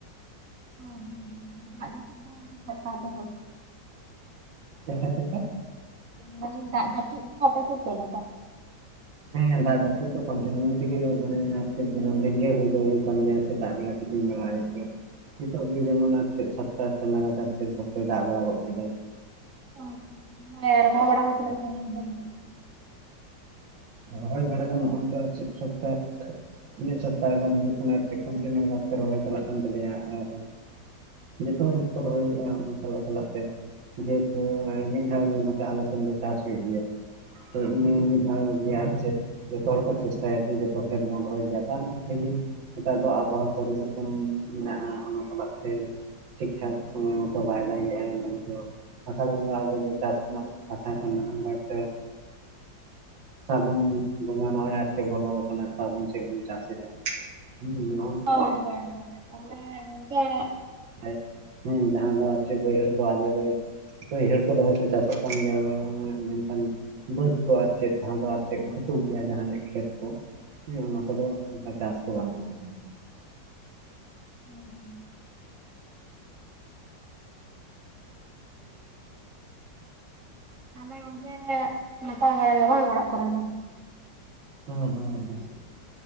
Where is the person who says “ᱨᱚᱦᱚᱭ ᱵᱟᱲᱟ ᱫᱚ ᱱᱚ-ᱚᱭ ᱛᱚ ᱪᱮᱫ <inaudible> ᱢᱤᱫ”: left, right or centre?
Right